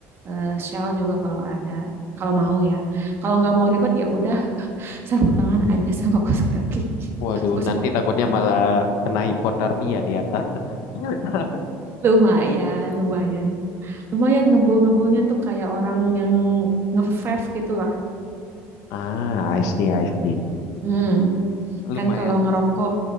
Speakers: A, on the right (about 40°); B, on the left (about 75°).
A: eh, shawl juga kalau ada kalau mau ya kalau nggak mau ribet ya udah sarung tangan aja sama kaos kaki
B: Waduh,
A: <laughs> gak usah
B: nanti
A: pakai
B: takutnya
A: kupluk
B: malah kena hipotermia di atas. <laughs>
A: lumayan lumayan lumayan ngebul ngebulnya tuh kayak orang yang ngefave gitu lah
B: Ah, I see, I see.
A: hmm.
B: Lumayan.
A: kan kalau ngerokok